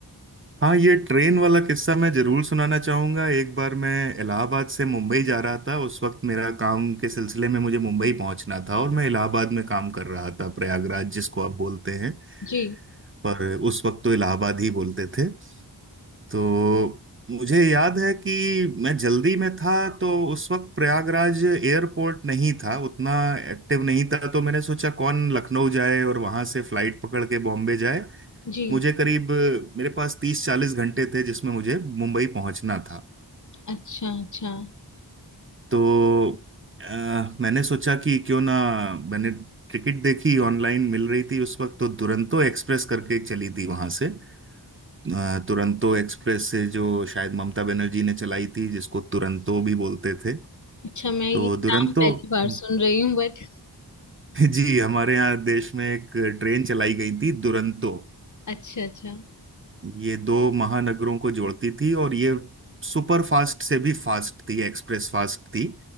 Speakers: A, on the right; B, on the left.
A: हाँ ये ट्रेन वाला किस्सा मैं जरूर सुनाना चाहूंगा एक बार मैं इलाहाबाद से मुंबई जा रहा था उस वक्त मेरा काम के सिलसिले में मुझे मुंबई पहुंचना था और मैं इलाहाबाद में काम कर रहा था प्रयागराज जिसको आप बोलते हैं
B: जी
A: पर उस वक्त तो इलाहाबाद ही बोलते थे तो मुझे याद है कि मैं जल्दी में था तो उस वक्त प्रयागराज एयरपोर्ट नहीं था उतना एक्टिव नहीं था तो मैंने सोचा कौन लखनऊ जाए और वहां से फ्लाइट पकड़ के बॉम्बे जाए
B: जी
A: मुझे करीब मेरे पास तीस चालीस घंटे थे जिसमें मुझे मुंबई पहुंचना था
B: अच्छा अच्छा
A: तो अ, मैंने सोचा कि क्यों ना मैंने टिकट देखी ऑनलाइन मिल रही थी उस वक्त तो दुरंतो एक्सप्रेस करके चली थी वहां से अ, तुरंतो एक्सप्रेस से जो शायद ममता बनर्जी ने चलाई थी जिसको तुरंतो भी बोलते थे
B: अच्छा मैं ये
A: तो दुरंतो
B: नाम पहली बार
A: <laughs>
B: सुन रही हूँ बट
A: जी हमारे यहाँ देश में एक ट्रेन चलाई गई थी दुरंतो
B: अच्छा अच्छा
A: ये दो महानगरों को जोड़ती थी और ये सुपर फास्ट से भी फास्ट थी एक्सप्रेस फास्ट थी